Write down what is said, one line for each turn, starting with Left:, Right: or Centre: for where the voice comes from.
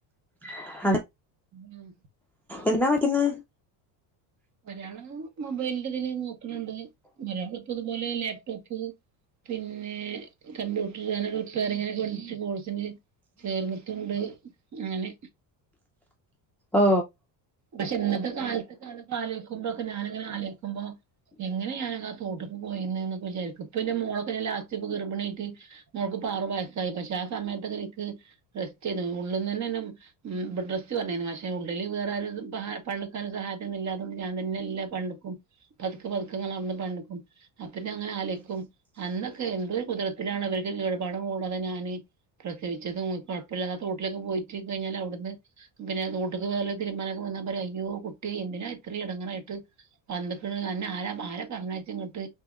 Centre: <inaudible>
Right: ഉം
Centre: എന്താ പറ്റ്ന്നെ
Right: ഒരാള് മൊബൈലിന്റെ ഇതില് നോക്കണണ്ട് ഒരാള് ഇപ്പ ഇതുപോലെ ലാപ്ടോപ്പ് പിന്നെ കമ്പ്യൂട്ടർ അന്റ് റിപ്പയറിങ്ങനൊക്കെ വണ്ടിട്ട് കോഴ്സിന് ചേർന്ന് ണ്ട് അങ്ങനെ
Centre: ഓ
Right: പക്ഷെ ഇന്നത്തെ കാലത്ത് കറ പാല് മുമ്പോക്കെ ഞാനങ്ങനെ ആലക്കുമ്പോ എങ്ങനെ ഞാന ആഹ് തോട്ടക്ക് പോയിന്ന് എന്നൊക്കെ വിചാരിക്കും പിന്നെ മോളൊക്കെന്നെ ലാസ്റ്റ് ഇ ഗർഭിണിട്ട് മോളക്ക് ഇ ആറു പയസായി പക്ഷെ ആഹ് സമയത്തൊക്കെ എനിക്ക് ഡ്രസ്റ്റ് ചെയ് ഉള്ളിൽന്ന് തന്നെന്ന ബെഡ് ഡ്രസ് പറഞ്ഞിരുന്നു പക്ഷെ ഉള്ളിൽ വേറെ പണിക്കരെ സഹായൊന്ന ഇല്ലാതുകൊണ്ട് ഞാൻ തന്നെല്ലാ പണിടുക്കും പതുക്കെ പതുക്ക ങ്ങനെ അന്ന് പക്കും പിന്നെ അങ്ങനെ അലൊക്കും അന്നൊക്കെ എന്ത് ദുരിതത്തിലാണ് അവരടെ <unintelligible> ഞാന് പ്രത്യേകിച്ച് കുഴപ്പമില്ലാ തോട്ടിലൊക്കെ പോയിട്ട് കഴിഞ്ഞാ അവിടുന്ന് പിന്നെ തോട്ടക്ക് പോയാല് വോന പറയാ അയ്യോ കുട്ടി എന്തിനാ ഇത്ര ഇടങ്ങാറായിട്ട് പന്തക്ക എന്നെ ആരാ ആരെ തന്നയിച്ച ഇങ്ങിട്ട്